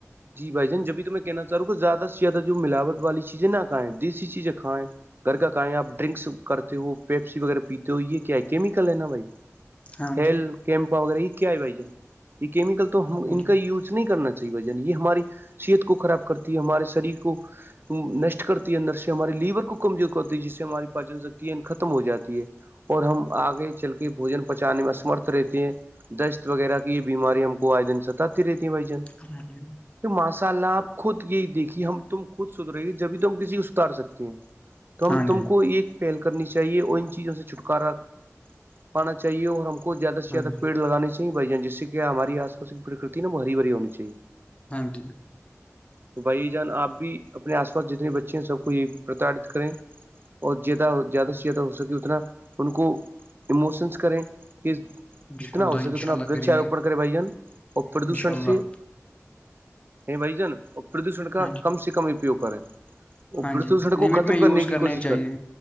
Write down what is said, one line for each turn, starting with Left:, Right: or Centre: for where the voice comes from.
Right: جی بھائی جان جب بھی تو میں کہنا چاہ رہ ہوں کہ زیادہ سے زیادہ جو ملاوٹ والی چیزیں نہ کھیں دیسی چیزیں کائیں گھر کا کہیں آپ ڈرنکس کرتے ہو پیپسی وغیرہ پیتے ہو یہ کیا ہے کیمیکل ہے نا بھائی
Left: ہاں
Right: ہیل
Left: جی
Right: کیمپا وغیرہ یہ کیا ہے بھائی جان یہ کیمکل تو ہم
Left: ہاں
Right: ان
Left: جی
Right: کا یوز نہیں کرنا چاہیے بھائی یہ ہماری صحت کو خراب کرتی ہے ہمارے شریر کو نشٹ کرتی ہے اندر سے ہمارے لیور کو کمزور کرتی ہے جس سے ہماری پاچن شکتی ہے ختم ہو جاتی ہے اور ہم آگے چل کے بوجن پہچانے میں اسمرتھ رہتے ہیں دشت وغیرہ کی یہ بیماری ہم کو آئے دن ستاتتی رہتی ہیں بائی جان
Left: ہملی
Right: تو ماشاء اللہ آپ خود یہی دیکھیے ہم تم خود ستھرے ہے جبھی ت ہم کسی کو ستھار سکتے ہیں <inaudible> تو ہم
Left: ہاں
Right: تم
Left: جی
Right: کو ایک پہل کرنی چاہیے اور ان چیزوں سے چھٹکارا پانا چاہیے اور ہم کو زیادہ سے زیادہ
Left: ہاں جی
Right: پڑ لگے چاہی بھائی جسے کیا ہماری آس پا کی پرکتی ہے نا وہ ہری بری ہونی چاہے
Left: ہاں جی
Right: تو بھائی جان آپ بھی اپنے آس پاس جتنے بچے ہیں سب کو یہ پرتاڑت کریں اور زیادہ زیادہ سے زیادہ ہو سکے اتنا ان کو ایموشنس کریں کہ
Left: انشاء
Right: جتنا
Left: اللہ
Right: ہو سکے
Left: انشاء
Right: اتنا
Left: اللہ
Right: ورچ
Left: کریں
Right: آاروپن
Left: گے
Right: کرے بھائی جان اور
Left: انشاء
Right: پردوشن
Left: اللہ
Right: سے بھ جان اور پردوشن کا
Left: ہاں جی
Right: کم سے کم اپیوگ کریں وہ
Left: ہاں
Right: بو
Left: جی
Right: سڑک کو
Left: لمٹ
Right: ختم
Left: میں یوز
Right: کرنے کی کوشش
Left: چاہیے
Right: کرے